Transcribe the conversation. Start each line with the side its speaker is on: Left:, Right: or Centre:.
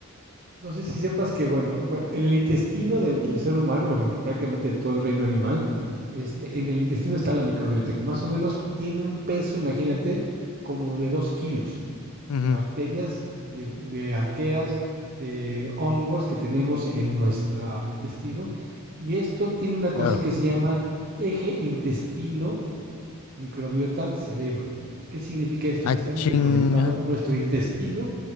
Right: No sé si sepas que, bueno, bu- en el intestino de- del ser humano, bueno, en prácticamente todo el reino animal, este, en el intestino está la microbiota, que más o menos tiene un peso, imagínate, como de dos kilos
Left: Ujú,
Right: de bacterias, de, de arqueas, de hongos que tenemos en nuestro intestino. Y esto tiene una
Left: claro.
Right: cosa que se llama eje intestino Microbiota cerebro. ¿Qué significa esto?
Left: Ah,
Right: Que están
Left: chinga.
Right: interconectados nuestro intestino